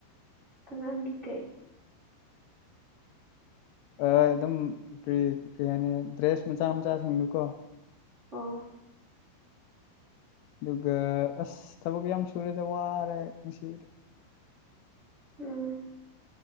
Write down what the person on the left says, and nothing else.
ꯑ ꯑꯗꯨꯝ ꯀ꯭ꯔꯤ ꯀꯩ꯭ꯔꯤ ꯍꯥꯏꯅꯤ ꯗ꯭ꯔꯦꯁ ꯃꯆꯥ ꯃꯆꯥꯁꯤꯡꯗꯨ ꯀꯣ
ꯑꯗꯨꯒ ꯑꯁ ꯊꯕꯛ ꯌꯥꯝ ꯁꯨꯔꯦꯗ ꯋꯥꯔꯦ ꯑꯩ ꯉꯁꯤꯗꯤ